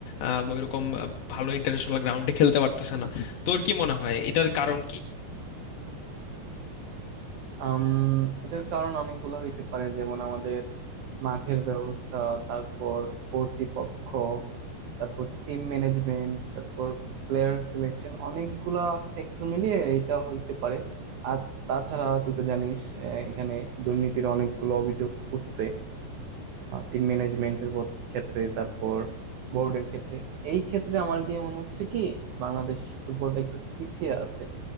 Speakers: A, on the left; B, on the right.
A: আহ, ওইরকম আহ, ভালো ইন্টারন্যাশনাল গ্রাউন্ডে খেলতে পারতেছে না তোর কি মনে হয় এটার কারণ কি
B: আম, এটার কারণ অনেকগুলো হইতে পারে যেমন আমাদের মাঠের ব্যবস্থা তারপর কর্তৃপক্ষ তারপর টিম ম্যানেজমেন্ট তারপর প্লেয়ার সিলেকশন অনেকগুলা ফ্যাক্টর মিলিয়ে এটা হইতে পারে আর তাছাড়া তুই তো জানিস আহ, এখানে দুর্নীতির অনেকগুলো অভিযোগ উঠছে টিম ম্যানেজমেন্টের ক্ষেত্রে তারপর বোর্ডের ক্ষেত্রে এই ক্ষেত্রে আমার গিয়ে মনে হচ্ছে কি বাংলাদেশ ফুটবলটা একটু পিছিয়ে আছে